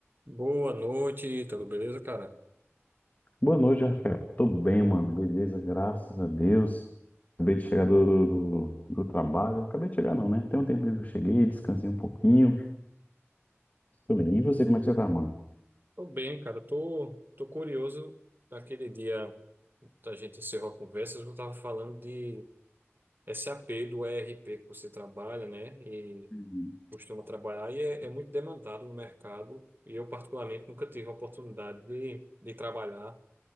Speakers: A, on the right (about 45°); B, on the left (about 35°).
A: Boa noite, tudo beleza, cara?
B: Boa noite, Rafael. Tô bem, mano. Beleza, graças a Deus. Acabei de chegar do, do, do trabalho. Acabei de chegar, não, né? Tem um tempinho que eu cheguei, descansei um pouquinho. Tô bem. E você, como é que você tá, mano?
A: Tô bem, cara. Tô, tô curioso daquele dia que a gente encerrou a conversa, eu tava falando de SAP, do ERP que você trabalha, né? E
B: Uhum.
A: costuma trabalhar e é, é muito demandado no mercado. E eu, particularmente, nunca tive a oportunidade de, de trabalhar.